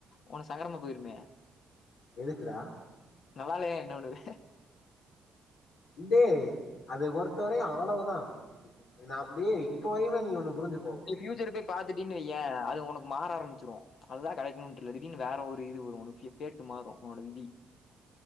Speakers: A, on the left; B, on the left.
A: உனக்கு சங்கடமா போயிருமே
B: எதுக்குடா
A: நல்லாயில்லையா என்ன பண்ணுவ
B: டே அது பொருத்த வரையு அவ்வளவுதா நா டேய் இப்ப வரையுமே நீ ஒண்ணு புரிஞ்சு
A: நீ ஃபியூச்சர போய் பாத்திட்டன்னு வையே அது உனக்கு மாற ஆரம்பிச்சுரும் அதுதா கிடைக்கணுன்ட்டு இல்ல திடீர்னு வேற ஒரு இது வரும் உன் ப்ளேட்டு மாறும் உனோட விதி